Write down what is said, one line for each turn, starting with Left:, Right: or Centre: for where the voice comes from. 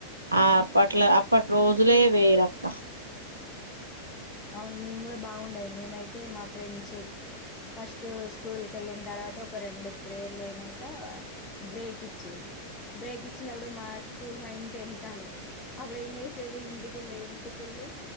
Right: ఆ అప్పట్లో అప్పటి రోజులే వేరక్క
Left: అవును మేము కూడా బావుండే మేమైతే మా ఫ్రెండ్స్ ఫస్ట్ స్కూల్ కి వెళ్ళిన తర్వాత ఒక రెండు ప్రేర్లు అయినాక బ్రేక్ ఇచ్చేది. బ్రేక్ ఇచ్చినప్పుడు మా స్కూల్ మా ఇంటి వెనకాలి అప్పుడు ఏం చేసేది ఇంటికెళ్ళేది ఇంటికె ళ్ళి